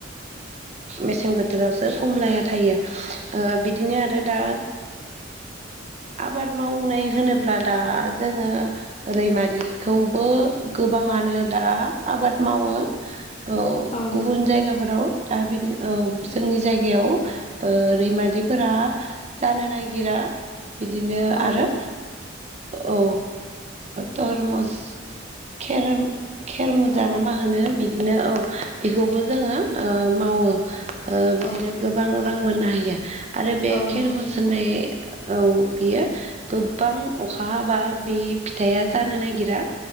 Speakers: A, on the right (about 35°); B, on the left (about 30°).
A: मेसें बोथोरावसो खमलाया आरो थायो बिदिनो आरो दा आबाद मावनाय होनोब्ला दा जोंङो रैमालिखौबो गोबांङानो दा आबाद मावो औ
B: नंगौ
A: गुबुन जायगाफोराव दा बि औ जोंनि जायगायाव रैमालिफोरा जानो नागिरा बिदिनो
B: औ
A: आरो
B: नंगौ
A: औ थरमुस खेर खेर मुजा
B: औ
A: ना मा होनो बिदिनो औ बेखौबो जोंङो मावो बिदिनो
B: औ
A: गोबां रां मोननो हायो आरो बे
B: औ नंगौ
A: खेर मुस
B: नोंथां
A: होनायश्र औ बियो गोबां अखा हाबा बे फिथाइया जानो नागिरा